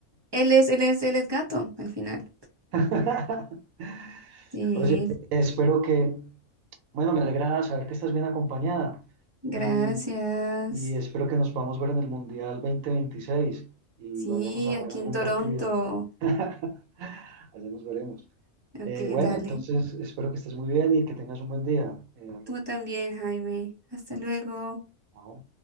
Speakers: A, on the right; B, on the right.
A: él es, él es, él es gato al final.
B: <laughs>
A: Sí,
B: Oye, espero que, bueno, me alegra saber que estás bien acompañada
A: gracias.
B: y, y espero que nos podamos ver en el Mundial 2026 y
A: Sí,
B: vayamos a ver
A: aquí
B: algún
A: en Toronto.
B: partido. <laughs> Allá nos veremos.
A: Ok,
B: Eh, bueno,
A: dale.
B: entonces espero que estés muy bien y que tengas un buen día. Eh,
A: Tú
B: Ruth.
A: también, Jaime. Hasta luego.
B: Chao.